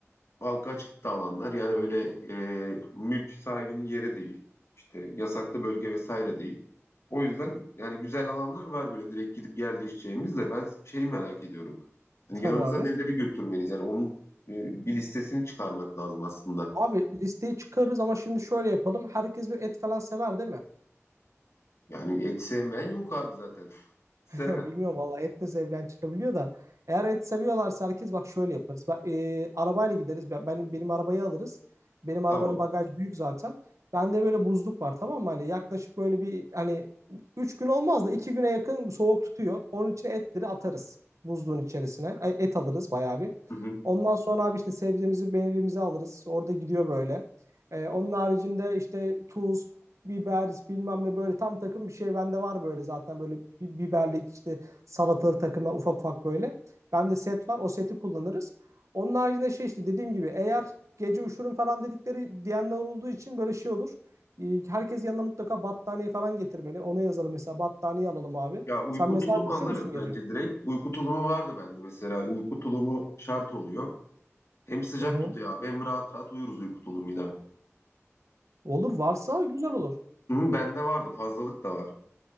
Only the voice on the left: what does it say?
halka açık da alanlar. Yani öyle e, mülk sahibinin yeri değil. İşte yasaklı bölge vesaire değil. O yüzden yani güzel alanlar var böyle direkt gidip yerleşeceğimiz de ben şeyi merak ediyorum. Hani
yanımıza
neleri götürmeliyiz? Yani onun e, bir listesini çıkarmak lazım aslında.
Yani et sevmeyen yok abi zaten. <laughs> Seven.
Tamam.
Hı hı.
Ya uyku
tulumu
alırız
bence direkt. Uyku tulumu vardı bende mesela. Uyku tulumu şart oluyor. Hem sıcak
tutuyor abi hem rahat rahat uyuruz uyku tulumuyla.
Hı, bende vardı fazlalık da var.